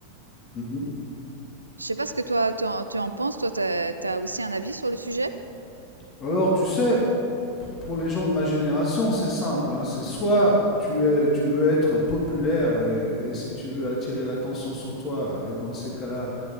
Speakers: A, on the left; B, on the right.
A: Mhm.
B: je sais pas ce que toi tu en tu en penses, toi, t'as as aussi un avis sur le sujet?
A: alors, tu sais, pour les gens de ma génération, c'est simple. Hein. C'est soit tu, es, tu veux être populaire et, et si tu veux attirer l'attention sur toi, et dans ces cas-là,